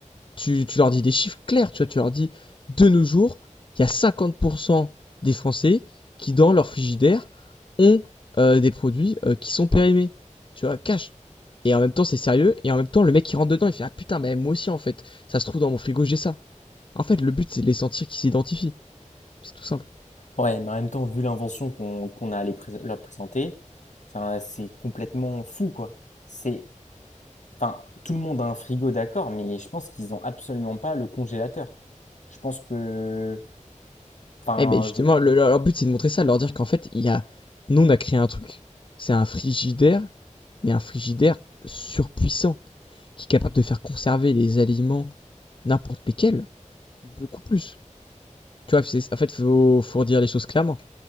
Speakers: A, on the left (about 40°); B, on the left (about 65°).
A: Tu, tu leur dis des chiffres clairs, tu vois, tu leur dis, de nos jours, il y a 50% des Français qui, dans leur frigidaire, ont euh, des produits euh, qui sont périmés. Tu vois, cash. Et en même temps, c'est sérieux. Et en même temps, le mec qui rentre dedans, il fait Ah putain, mais moi aussi, en fait, ça se trouve dans mon frigo, j'ai ça. En fait, le but, c'est de les sentir qu'ils s'identifient. C'est tout simple.
B: Ouais, mais en même temps, vu l'invention qu'on qu'on a à les prés- leur présenter, c'est un- c'est complètement fou quoi. C'est enfin tout le monde a un frigo d'accord, mais je pense qu'ils ont absolument pas le congélateur. Je pense que enfin
A: Eh ben justement,
B: je,
A: le- leur leur but, c'est de montrer ça, de leur dire qu'en fait, il y a. Nous, on a créé un truc. C'est un frigidaire, mais un frigidaire surpuissant. qui est capable de faire conserver les aliments, n'importe lesquels, beaucoup plus. Tu vois, c'est, en fait, faut, faut dire les choses clairement.